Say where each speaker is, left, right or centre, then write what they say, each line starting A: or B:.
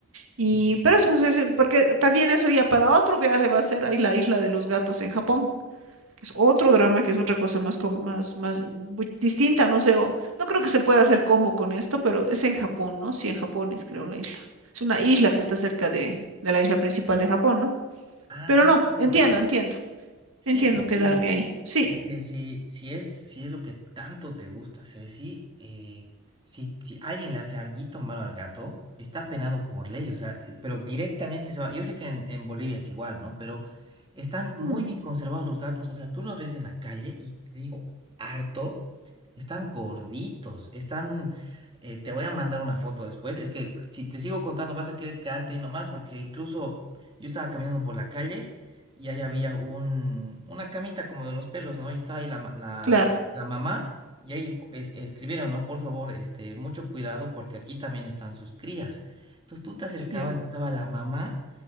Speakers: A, on the right; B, on the right.
A: Y,
B: Sí.
A: pero eso, es- es- porque también eso ya para otro viaje va a ser ahí la isla de los gatos en Japón, que es otro drama, que es otra cosa más, com- más, más mm, bu- distinta, no sé, o- no creo que se pueda hacer combo con esto, pero es en Japón, ¿no? Sí, en Japón es, creo, la isla. Es una isla que está cerca de, de la isla principal de Japón, ¿no?
B: Ah,
A: Pero no, entiendo,
B: ya.
A: entiendo,
B: Sí,
A: entiendo
B: es
A: quedarme
B: que
A: ahí. Sí,
B: que si, si es, si es lo que tanto te gusta, hacer, si, eh, si, si alguien le hace alguito malo al gato, está penado por ley, o sea, eh, pero directamente se va. Yo sé que en, en Bolivia es igual, ¿no? Pero están
A: mm,
B: muy bien conservados los gatos, o sea, tú los ves en la calle y te digo, harto, están gorditos, están. eh, te voy a mandar una foto después. Es que si te sigo contando vas a querer quedarte ahí nomás, porque incluso yo estaba caminando por la calle y ahí había un, una camita como de los perros, ¿no? Y estaba ahí la, ma- la,
A: claro,
B: la mamá y ahí po- es- escribieron, ¿no? Por favor, este, mucho cuidado porque aquí también están sus crías. Entonces tú te acercabas
A: yeah.
B: y estaba la mamá